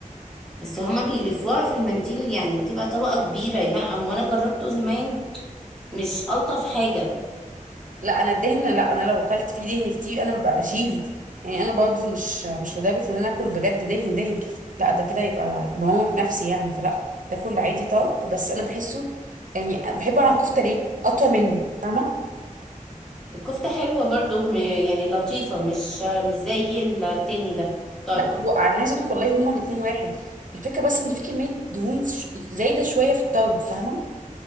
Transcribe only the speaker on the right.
لا انا الدهن لا انا لو اكلت فيه دهن كتير انا ببقى بشيله يعني انا برضو مش مش لدرجه ان انا اكل بجد دهن دهن لا ده كده يبقى بموت نفسي يعني فلا باكل عادي طرب بس انا بحسه يعني بحب على الكفته ليه اطول منه فاهمه
لا هو انا عايزه اقول لك والله هما الاتنين واحد الفكره بس ان في كميه دهون ش- زايده شويه في الطرب فاهمه